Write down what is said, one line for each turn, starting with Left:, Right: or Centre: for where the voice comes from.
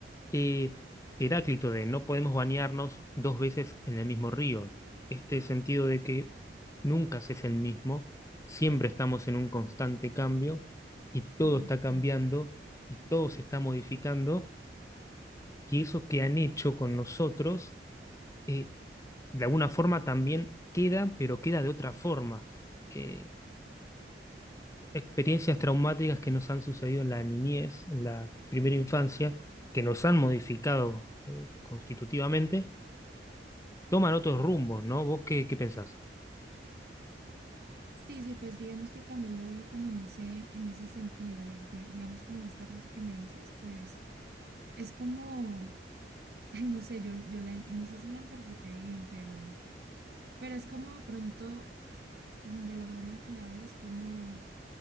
Left: eh, Heráclito de no podemos bañarnos dos veces en el mismo río. Este sentido de que nunca se es el mismo, siempre estamos en un constante cambio y todo
Right: correcto.
Left: está cambiando y todo se está modificando y eso que han hecho con nosotros, eh, de alguna forma también queda, pero queda de otra forma. Eh, experiencias traumáticas que nos han sucedido en la niñez, en la primera infancia, que nos han modificado eh, constitutivamente toman otros rumbos, ¿no? ¿Vos qué, qué pensás?
Right: Sí, sí, pues digamos que también lo veo como en ese, en ese sentido de, de, digamos, como esta frase que me dices, pues es como, ay, no sé, yo, yo la, no sé si la interpreté bien, pero, pero es como de pronto, mm, de la manera en la que la veo, es como